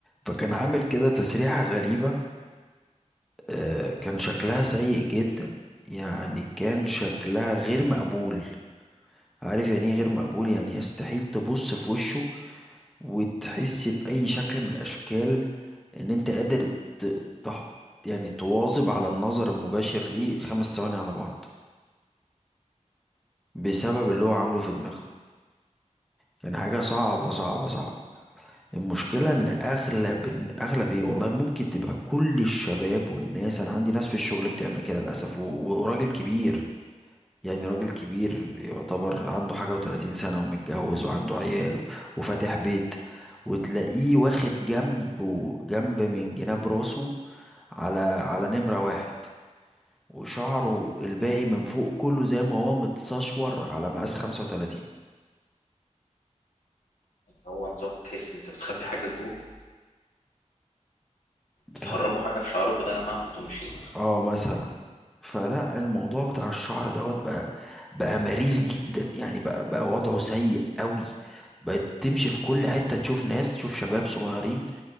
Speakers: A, in the centre; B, on the left.
A: فكان عامل كده تسريحة غريبة آه، كان شكلها سيء جدا يعني كان شكلها غير مقبول عارف يعني ايه غير مقبول يعني يستحيل تبص في وشه وتحس بأي شكل من الأشكال إن أنت قادر ت... ت... يعني تواظب على النظر المباشر ليه خمس ثواني على بعض بسبب اللي هو عامله في دماغه كان حاجة صعبة صعبة صعبة المشكلة ان اغلب إن اغلب ايه والله ممكن تبقى كل الشباب والناس انا عندي ناس في الشغل بتعمل كده للاسف و- وراجل كبير يعني راجل كبير يعتبر عنده حاجة و30 سنة ومتجوز وعنده عيال و- وفاتح بيت وتلاقيه واخد جنب و- جنب من جناب راسه على على نمرة واحد وشعره الباقي من فوق كله زي ما هو متسشور على مقاس 35
B: هو نظام تحس انت بتخبي حاجه جوه
A: بتاع-
B: بتهربوا حاجه في شعركم ده يا جماعه وانتوا ماشيين
A: اه مثلا فلا الموضوع بتاع الشعر دوت بقى بقى مرير جدا يعني بقى بقى وضعه سيء قوي بقت تمشي في كل حتة تشوف ناس تشوف شباب صغيرين